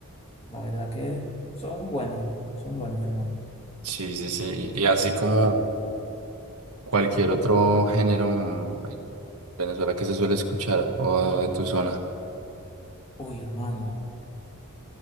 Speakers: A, on the left; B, on the right.
A: La verdad que son buenos, son buenos, hermano.
B: Sí, sí, sí. Y, y así como cualquier otro género mm, en Venezuela que se suele escuchar o de tu zona.
A: Uy, hermano.